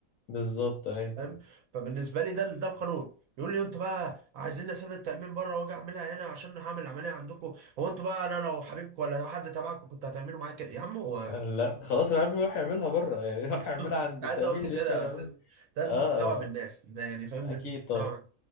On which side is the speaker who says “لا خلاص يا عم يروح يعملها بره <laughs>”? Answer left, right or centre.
Left